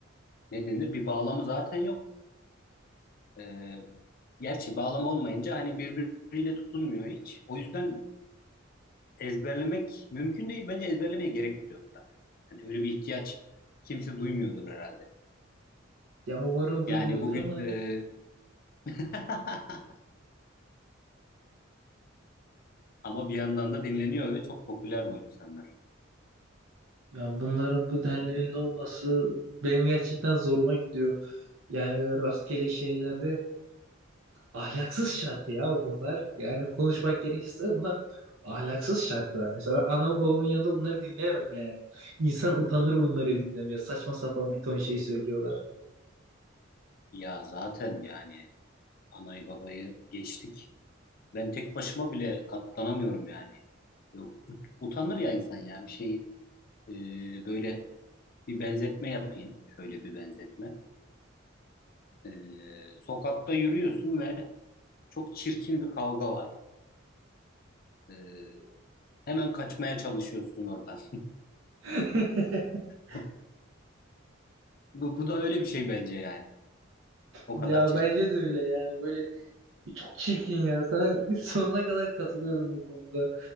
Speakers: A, on the left (about 50°); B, on the right (about 80°).
A: ne denir? Bir bağlamı zaten yok. E, gerçi bağlama olmayınca hani birbiriyle tutunmuyor hiç. O yüzden ezberlemek mümkün değil. Bence ezberlemeye gerek de yok zaten. Hani öyle bir ihtiyaç kimse duymuyordur herhalde.
B: Ya umarım duymuyordur
A: Yani bugün
B: ama
A: e, <laughs> Ama bir yandan da dinleniyor ve çok popüler bu insanlar.
B: ya bunların bu denli ünlü olması benim gerçekten zoruma gidiyor. Yani böyle rastgele şeyler ve ahlaksız şarkı ya bunlar. Yani konuşmak gerekirse bunlar ahlaksız şarkılar. Mesela ben anamın babamın yanında bunları dinleyemem yani. İnsan utanır bunları dinlemeye. Saçma sapan bir ton şey söylüyorlar.
A: Ya zaten yani anayı babayı geçtik. Ben tek başıma bile katlanamıyorum yani. Ve ut- utanır ya insan ya bir şey e, böyle bir benzetme yapayım. Şöyle bir benzetme. E, sokakta yürüyorsun ve çok çirkin bir kavga var. E, hemen kaçmaya çalışıyorsun oradan.
B: <laughs>
A: <laughs> Bu, bu da öyle bir şey bence yani. O
B: Ya
A: kadar çirkin.
B: bence de öyle yani böyle çok çirkin ya sana <laughs> sonuna kadar katılıyorum bu konuda.